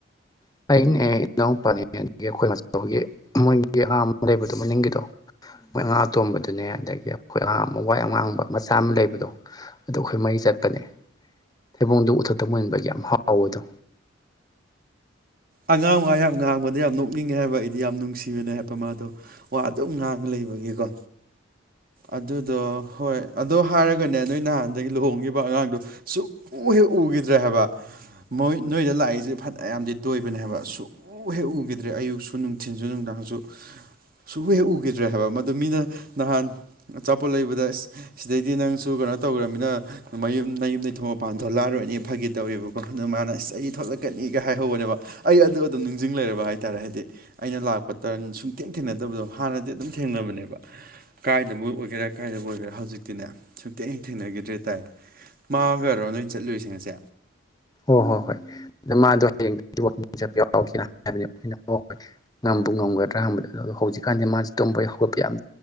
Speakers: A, on the left (about 20°); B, on the right (about 45°).
A: <inaudible> ꯃꯈꯣꯏ ꯑꯉꯥ ꯑꯇꯣꯝꯕꯗꯨꯅꯦ ꯑꯗꯒꯤ ꯑꯩꯈꯣꯏ ꯑꯉꯥꯡ ꯋꯥ ꯌꯥꯝ ꯉꯥꯡꯕ ꯃꯆꯥ ꯑꯃ ꯂꯩꯕꯗꯣ ꯑꯗꯨ ꯑꯈꯣꯏ ꯃꯔꯤ ꯆꯠꯄꯅꯦ ꯊꯩꯕꯣꯡꯗ ꯎꯊꯛꯇ ꯃꯟꯕꯒꯤ ꯌꯥꯝ ꯍꯥꯎꯕꯗꯣ
B: ꯑꯉꯥꯡ ꯋꯥ ꯌꯥꯝ ꯉꯥꯡꯕꯗ ꯌꯥꯝ ꯅꯣꯛꯅꯤꯡꯉꯦ ꯍꯥꯏꯕ ꯑꯩꯗꯤ ꯌꯥꯝ ꯅꯨꯡꯁꯤꯕꯅꯦ ꯍꯥꯏ ꯇꯣ ꯃꯗꯣ ꯋꯥ ꯑꯗꯨꯝ ꯉꯥꯡꯉ ꯂꯩꯕꯒꯤꯀꯣ ꯑꯗꯨꯗꯣ ꯍꯣꯏ ꯑꯗꯣ ꯍꯥꯏꯔꯒꯅꯦ ꯅꯣꯏ ꯅꯍꯥꯟꯗꯒꯤ ꯂꯨꯍꯣꯡꯒꯤꯕ ꯑꯉꯥꯡꯗꯣ ꯁꯨ ꯎ ꯍꯦꯛ ꯎꯒꯤꯗ꯭ꯔꯦ ꯍꯥꯏꯕ ꯃꯣꯏ ꯅꯣꯏꯗ ꯂꯥꯛꯏꯖꯦ ꯐꯅꯌꯥꯝꯗꯤ ꯇꯣꯏꯕꯅꯦ ꯍꯥꯏꯕ ꯁꯨꯛ ꯎꯍꯦꯛ ꯎꯒꯤꯗ꯭ꯔꯦ ꯑꯌꯨꯛꯁꯨ ꯅꯨꯡꯊꯤꯟꯖꯨ ꯅꯨꯡꯗꯥꯡꯖꯨ ꯁꯨ ꯎ ꯍꯦꯛ ꯎꯒꯤꯗ꯭ꯔꯦ ꯍꯥꯏꯕ ꯃꯗꯨ ꯃꯤꯅ ꯅꯍꯥꯟ ꯑꯆꯥꯄꯣꯠ ꯂꯩꯕꯗ ꯁꯤꯗꯩꯗꯤ ꯅꯪꯁꯨ ꯀꯩꯅꯣ ꯇꯧꯒ꯭ꯔꯃꯤꯅ ꯃꯌꯨꯝꯗꯩꯩ ꯊꯣꯡ ꯃꯄꯥꯟ ꯊꯣꯛꯂꯛꯑꯔꯣꯏ ꯅꯦ ꯐꯥꯒꯤ ꯇꯧꯔꯦꯕꯀꯣ ꯑꯗꯨ ꯃꯥꯅ ꯑꯁ ꯑꯩ ꯊꯣꯛꯂꯛꯀꯅꯤꯒ ꯍꯥꯏꯍꯧꯕꯅꯦꯕ ꯑꯩ ꯑꯗꯨ ꯑꯗꯨꯝ ꯅꯤꯡꯖꯤꯡ ꯂꯩꯔꯕ ꯍꯥꯏꯇꯥꯔꯦ ꯍꯥꯏꯗꯤ ꯑꯩꯅ ꯂꯥꯛꯄ ꯇꯔꯟ ꯁꯨꯡꯊꯦꯡ ꯊꯦꯡꯅꯗꯕꯗꯣ ꯍꯥꯟꯅꯗꯤ ꯑꯗꯨꯝ ꯊꯦꯡꯅꯕꯅꯦꯕ ꯀꯥꯏꯗꯕꯨ ꯑꯣꯏꯒꯦꯔ ꯀꯥꯏꯗꯕꯨ ꯑꯣꯏꯒꯦꯔ ꯍꯧꯖꯤꯛꯇꯤꯅꯦ ꯁꯨꯡꯊꯦꯡ ꯍꯦꯛ ꯊꯦꯡꯅꯒꯤꯗ꯭ꯔꯦ ꯇꯥꯏ ꯃꯥꯥꯒꯔꯣ ꯅꯣꯏ ꯆꯠꯂꯨꯏꯔꯤꯁꯦ ꯉꯁꯤ
A: ꯍꯣ ꯍꯣ ꯍꯣꯏ <inaudible> ꯉꯝꯕꯨ ꯉꯝꯒꯗ꯭ꯔꯥ ꯍꯪꯕꯗ ꯍꯧꯖꯤꯛꯀꯥꯟꯖꯦ ꯃꯥꯖꯦ ꯇꯨꯝꯕ ꯍꯧꯒꯠꯄ ꯌꯥꯝ